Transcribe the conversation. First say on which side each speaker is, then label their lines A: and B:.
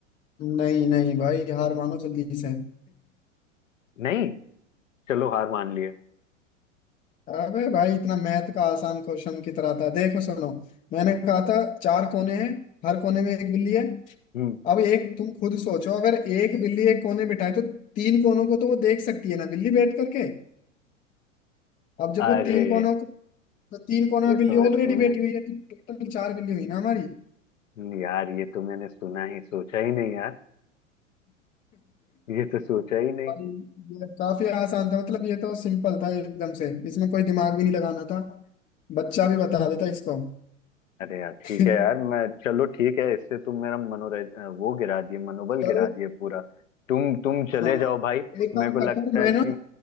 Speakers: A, on the left (about 20°); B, on the left (about 80°).
A: नहीं नहीं भाई हार मानो जल्दी से
B: नहीं चलो हार मान लिए
A: अबे भाई इतना मैथ का आसान क्वेश्चन की तरह था देखो सुनो मैंने कहा था चार कोने हैं हर कोने में एक बिल्ली है
B: हम्म
A: अब एक तुम खुद सोचो अगर एक बिल्ली एक कोने बिठाए तो तीन कोनों को तो वो देख सकती है ना बिल्ली बैठ करके अब जब
B: अरे
A: वो तीन कोनों को तो तीन कोनों में
B: ये
A: बिल्ली
B: तो मैं
A: ऑलरेडी
B: सुना
A: बैठी
B: ही
A: हुई है तो टोटल चार बिल्ली हुई ना हमारी
B: हम्म, यार ये तो मैंने सुना ही सोचा ही नहीं यार ये तो सोचा ही नहीं
A: भाई ये काफी आसान था मतलब ये तो सिंपल था एकदम से इसमें कोई दिमाग भी नहीं लगाना था बच्चा भी बता देता इसको
B: अरे यार ठीक
A: <laughs>
B: है यार मैं चलो ठीक है इससे तुम मेरा मनोरंज अ, वो गिरा दिए मनोबल
A: चलो
B: गिरा दिए पूरा तुम तुम चले
A: हाँ
B: जाओ भाई
A: एक
B: मेरे
A: काम
B: को
A: करता
B: लगता
A: हूँ मैं
B: है
A: ना
B: कि